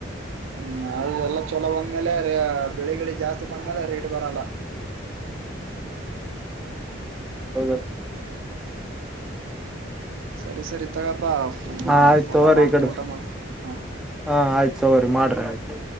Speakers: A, on the right; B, in the centre.
A: ಹ್ಮ್ ಅದೆಲ್ಲ ಚಲೋ ಬಂದ್ಮೇಲೆ ಬೆಳೆಗಿಳೆ ಜಾಸ್ತಿ ಬಂದ್ಮೇಲೆ ರೇಟ್ ಬರಲ್ಲ.
B: ಹೌದು.
A: ಸರಿ ಸರಿ ತಗಪ್ಪಾ.
B: ಹಾ ಆಯ್ತು ತಗೋರಿ
A: ಊಟ ಮಾಡ್ತೀನಿ
B: ಈ ಕಡೆ
A: ಊಟ ಮಾಡು ಹಾ
B: ಹ ಆಯ್ತು ತೊಗರಿ ಮಾಡ್ರಿ ಆಯ್ತು.